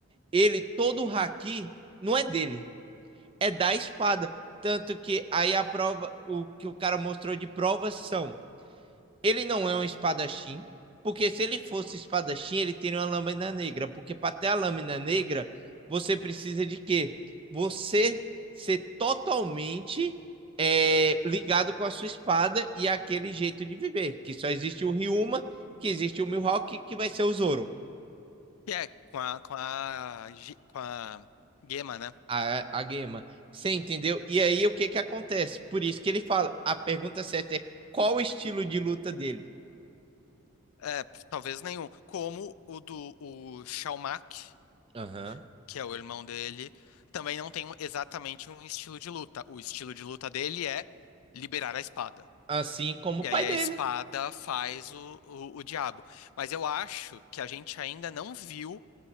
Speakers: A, on the right; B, on the left.
A: ele, todo o haki, não é dele, é da espada. Tanto que aí a prova, o que o cara mostrou de provas são ele não é um espadachim, porque se ele fosse espadachim, ele teria uma lâmina negra. Porque para ter a lâmina negra, você precisa de quê? Você ser totalmente é, ligado com a sua espada e aquele jeito de viver. Que só existe o Ryuma, que existe o Mihawk, que vai ser o Zoro,
B: E é, com a, com a, gi- com a Gema, né?
A: a, a Gema. Você entendeu? E aí o que, que acontece? Por isso que ele fala: a pergunta certa é qual o estilo de luta dele?
B: É, p- talvez nenhum. Como o do o Xiaomak,
A: Aham. Uhum.
B: que é o irmão dele, também não tem um- exatamente um estilo de luta. O estilo de luta dele é liberar a espada.
A: Assim como
B: E
A: o
B: aí
A: pai
B: a
A: dele
B: espada faz o, o, o diabo. Mas eu acho que a gente ainda não viu